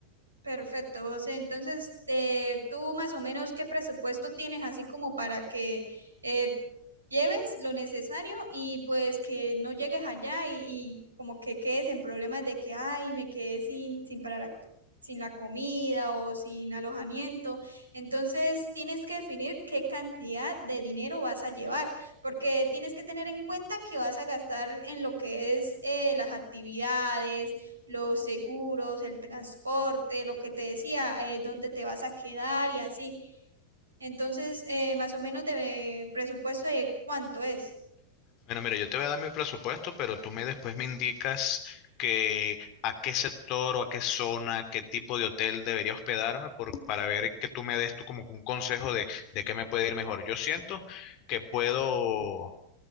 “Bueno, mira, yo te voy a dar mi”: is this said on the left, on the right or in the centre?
Left